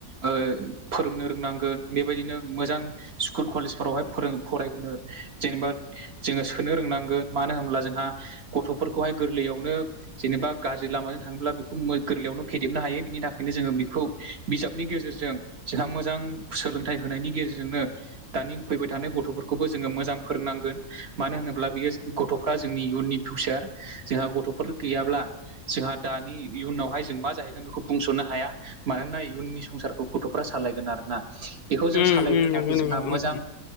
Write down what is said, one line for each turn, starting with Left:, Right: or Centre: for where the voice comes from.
Right: ओ फोरोंनो रोंनांगोन बेबायदिनो मोजां। स्कुल कलेजफोरावहाय फोरों फरायहोनो जेनेबा जोङो सोनो रोंनांगोन मानो होनब्ला जोंहा गथ'फोरखौहाय गोरलैयावनो जेनेबा गाज्रि लामाजों थाङोब्ला बेखौ गोरलैयावनो फेदेबनो हायो बिनि थाखायनो जोङो बेखौ बिजाबनि गेजेरजों। जोंहा मोजां सोलोंथाइ होनायनि गेजेरजोंनो दानि फैबाय थानाय गथ'फोरखौबो जोङो मोजां। फोरोंनांगोन मानो होनोब्ला बेयो गथ'फ्रा जोंनि इयुननि फिउचार जोंहा गथ'फोर गैयाब्ला। जोंहा दानि इयुनावहाय जों मा जाहैगोन बेखौ बुंस'नो हाया। मानोना इयुननि संसारखौ गथ'फोरा सालायगोन आरोना। बेखौ जों
Left: उम
Right: सालायहोनो
Left: उम नंगौ
Right: थाखाय
Left: नंगौ
Right: जोंहा
Left: उम
Right: मोजां